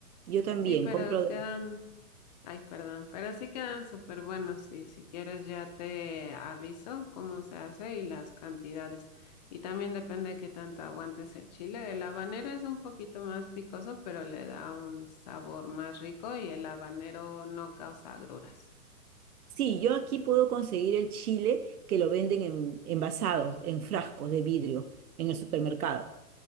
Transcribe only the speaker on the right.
Yo también
compro de
la
Sí, yo aquí puedo conseguir el chile que lo venden en, envasados, en frascos de vidrio, en el supermercado.